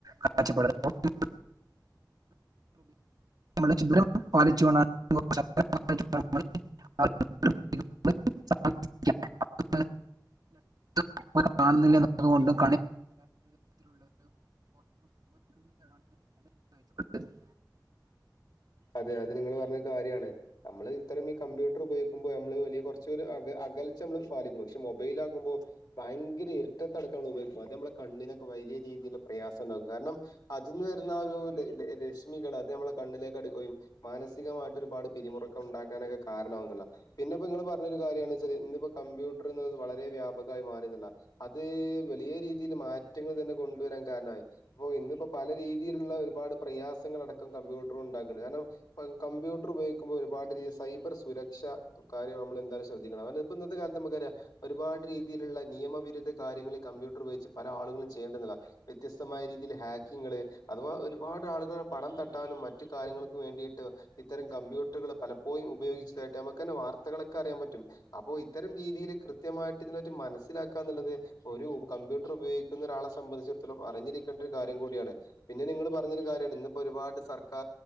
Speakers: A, on the right (about 60°); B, on the left (about 60°).
A: കാഴ്ചപ്പാട്. <unintelligible> <unintelligible> <unintelligible> <unintelligible> എന്നതുകൊണ്ടും <unintelligible> <unintelligible>
B: അതെ അത് നിങ്ങള് പറഞ്ഞത് കാര്യാണ് അമ്മള് ഇത്തരം ഈ കമ്പ്യൂട്ടർ ഉപയോഗിക്കുമ്പോ നമ്മള് വലിയ കുറച്ച അക അ കൽച്ചമ്മൾ പാലിക്കും പക്ഷെ മൊബൈലാകുമ്പോ ഭയങ്കര ഇരിട്ടത്ത ടക്കം മ്മള് ഉപയോഗിക്കും അത് മ്മളെ കണ്ണിനൊക്കെ വൈ ഈ രീതില് പ്രയാസണ്ടാകും കാരണം അത് ന്ന് വര്ന്ന ഒരു രെ രെ രെശ്മികൾ അത് അമ്മളെ കണ്ണിലേക്ക് അട് ക്കുകയും മാനസികമായിട്ട് ഒരുപാട് പിരിമുറുക്കം ഉണ്ടാക്കാനൊക്കെ കാരണമാവുന്നുള്ളതാ പിന്നെപ്പോ ഇങ്ങള് പറഞ്ഞൊരുകാര്യണ് ചാല് ഇന്നിപ്പോ കമ്പ്യൂട്ടറ്ന്ന്ത് വളരെ വ്യാപകയി മാറിനുള്ള അത് വലിയ രീതിയിൽ മാറ്റങ്ങൾ തന്നെ- കൊണ്ടുവരാൻ കാര്നായി പ്പോ ഇന്ന്പ്പോ പല രീതിയിലുള്ള ഒരുപാട് പ്രയാസങ്ങളടക്കം കമ്പ്യൂട്ട്റോണ്ടാ ഉണ്ടാക്ക- ണ്ട് കാരണം കമ്പ്യൂട്ടർ ഉപയോഗിക്കുമ്പോ ഒരുപാട് ര് സൈബർ സുരക്ഷ കാര്യം നമ്മൾ എന്താലും ശ്രദ്ധിക്കണം. പ്പന്ന് പ്പന്നത്തെ കാലത്ത് നമക്കറിയാം ഒരുപാട് രീതിയില്ള്ള നിയമവിരുദ്ധ കാര്യങ്ങള് കമ്പ്യൂട്ടർ ഉപോഗച്ച് പല ആളുകളും ചെയ്യ രണ്ട് നല വ്യത്യസ്തമായ രീതിയിൽ ഹാക്കിങ്ള് അഥവാ ഒരുപാട് ആളുകള്ടെ പണം തട്ടാനും മറ്റ് - കാര്യങ്ങൾക്ക് വേണ്ടിയിട്ട് ഇത്തരം കമ്പ്യൂട്ടറുകൾ പലപ്പോഴ ഉയോഗിച്ചതായിട്ട് നമുക്ക് തന്ന വാർത്തകളൊക്കെ അറിയാൻ പറ്റും അപ്പോൊ ഇത്തരം രീതിയിൽ കൃത്യമായിട്ട് ഇതിനറ്റി മനസ്സിലാക്കാ എന്നുള്ളത് ഒരു കമ്പ്യൂട്ടർ ഉപയോഗിക്കുന്ന രാളെ സംബന്ധിച്ചിടത്തോം അറിഞ്ഞിരിക്കേണ്ട ഒരു കാര്യം കൂടിയാണ് പിന്നെങ്ങങ്ങള് പറഞ്ഞൊ കാര്യമാണ് ഇന്നപ്പോ ഒരുപാട് സ ുക